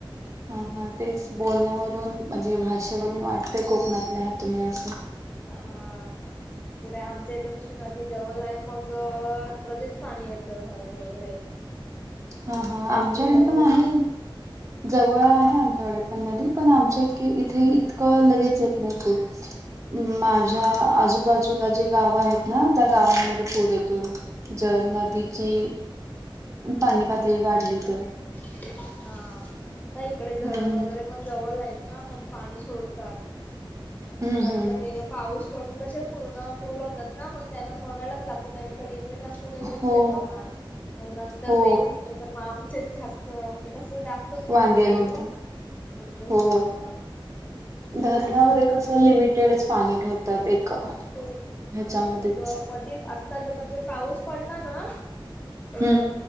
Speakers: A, on the right; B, on the left.
A: हा हा तेच बोलण्यावरून म्हणजे भाषेवरून वाटतेय कोकणातल्या आहेत तुम्ही असं.
B: अ हा इकडे आमच्या इथ नदी जवळ आहे मग लगेच पाणी येतं घरात वगैरे.
A: हा हा
B: त्यांची
A: आमच्याकडे
B: घर
A: पण
B: उंच
A: आहे.
B: हा
A: जवळ आहे आमच्या कडे पण नदी आमच्या इतके इथे इतकं लगेच येत नाही पुर. माझ्या आजूबाजूला जे गाव आहेत. नवत गावांमध्ये
B: हा
A: पूर येतो, जल नदीची पाणी पातळी वाढली त.
B: हा, नाही इकडे धरण
A: हम्म
B: वगैरे पण जवळ आहेत ना म पाणी सोडतात,
A: हम्म
B: कारण
A: हम्म
B: का ते पाऊस पडून कसे पूर्ण फूल होतात ना मग त्यांना सोडायलाच लागतो त्यांच लिमिट ते असत तेवढेच
A: हो
B: ते ठेवणार, मग नंतर
A: हो
B: ते फुटले तर म आमचे जास् त म्हणजे कसं जास्तच पाणी
A: वांदे
B: येईल
A: होतात.
B: म, वांदे होतील
A: हो
B: पूर्ण. तेच.
A: धरणामध्ये कसं लिमिटेडच पाणी ठेवतात एक
B: ते, हा
A: ह्याच्यामध्येच
B: मग मधीत आता जे म्हणजे पाऊस पडला ना अ
A: हम्म